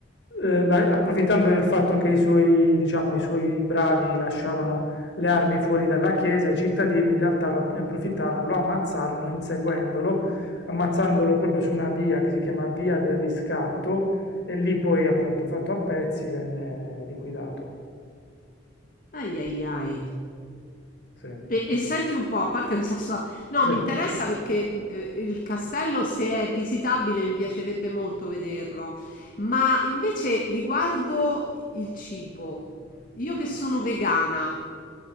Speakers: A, on the left; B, on the left.
A: eh, la- approfittando del fatto che i suoi, diciamo, i suoi bravi lasciavano le armi fuori dalla chiesa, i cittadini in realtà lo- ne approfittarono, lo ammazzarono inseguendolo, ammazzandolo proprio su una via che si chiama Via del Riscatto e lì poi appunto fatto a pezzi venne liquidato.
B: Ai ai ai.
A: Sì,
B: E, e senti un po', a parte questa sua... No,
A: sì.
B: mi interessa perché mh, eh, il castello, se è visitabile, mi piacerebbe molto vederlo. Ma invece riguardo il cibo, io che sono vegana,